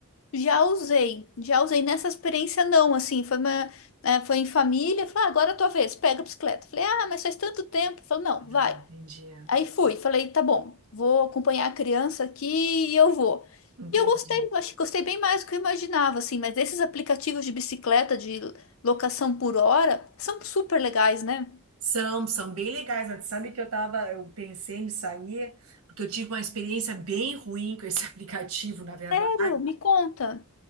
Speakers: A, on the left (about 65°); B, on the right (about 75°).
A: Já usei, já usei nessa experiência não, assim, foi uma, é, foi em família, falei, ah, agora é a tua vez, pega a bicicleta. Falei, ah, mas faz tanto tempo. Falei, não,
B: Ah,
A: vai.
B: entendi.
A: Aí fui, falei, tá bom, vou acompanhar a criança aqui e eu vou.
B: Entendi.
A: E eu gostei, eu acho que gostei bem mais do que eu imaginava, assim, mas esses aplicativos de bicicleta, de locação por hora, são super legais, né?
B: São, são bem legais, mas sabe que eu tava, eu pensei nisso aí, porque eu tive uma experiência bem ruim com esse <laughs> aplicativo, na verdade.
A: Sério, me conta.